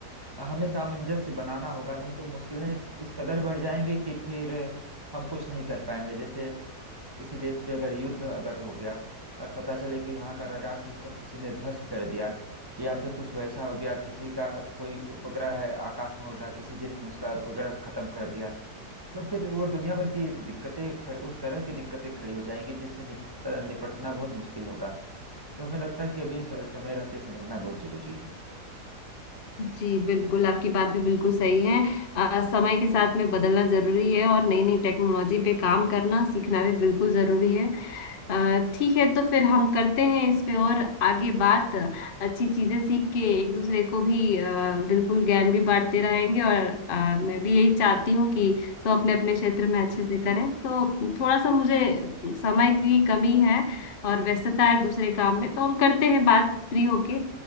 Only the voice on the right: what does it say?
हमें सामंजस्य बनाना होगा नहीं तो मुश्किलें इस कदर बढ़ जाएंगी कि फिर हम कुछ नहीं कर पाएंगे जैसे किसी देश पे अगर युद्ध अगर हो गया और पता चले कि वहाँ का रडार सिस्टम किसी ने ध्वस्त कर दिया या फिर कुछ वैसा हो गया किसी का कोई उपग्रह है आकाश में उड़ रहा किसी देश ने उसका उपग्रह खत्म कर दिया तो फिर वो दुनिया भर की दिक्कतें ख- उस तरह की दिक्कतें खड़ी हो जाएंगी जिससे निपट, निपटना बहुत मुश्किल होगा तो हमें लगता है कि अभी स- समय रहते संभलना बहुत जरूरी है